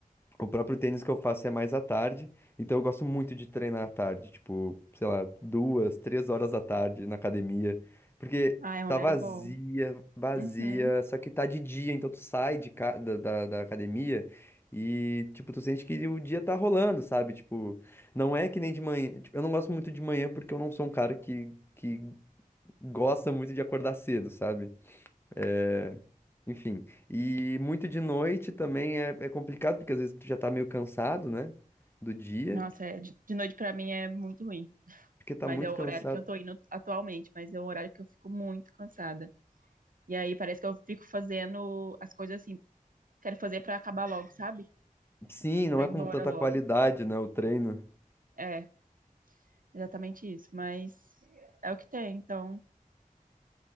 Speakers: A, on the left (about 15°); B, on the right (about 70°).
A: o próprio tênis que eu faço é mais à tarde, então eu gosto muito de treinar à tarde, tipo, sei lá, duas, três horas da tarde na academia, porque
B: Ah, é um
A: tá
B: horário
A: vazia,
B: bom.
A: vazia,
B: Uhum.
A: só que tá de dia, então tu sai de ca- da, da, da academia e, tipo, tu sente que o dia tá rolando, sabe? Tipo, não é que nem de manhã, tipo, eu não gosto muito de manhã porque eu não sou um cara que, que gosta muito de acordar cedo, sabe? É, enfim. E muito de noite também é, é complicado, porque às vezes tu já tá meio cansado, né? Do dia,
B: Nossa, é, de, de noite pra mim é muito ruim.
A: porque tá
B: Mas
A: muito
B: é o
A: cansado.
B: horário que eu tô indo atualmente, mas é o horário que eu fico muito cansada. E aí parece que eu fico fazendo as coisas assim quero fazer pra acabar logo, sabe?
A: Sim, não
B: Pra
A: é
B: ir
A: com
B: embora
A: tanta
B: logo.
A: qualidade, né? O treino.
B: É, exatamente isso. Mas é o que tem, então